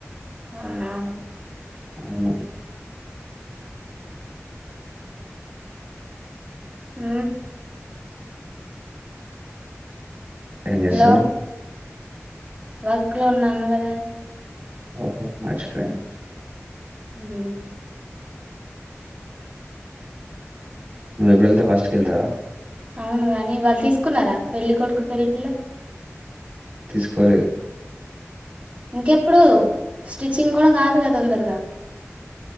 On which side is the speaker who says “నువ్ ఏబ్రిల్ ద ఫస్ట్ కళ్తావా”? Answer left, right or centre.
Right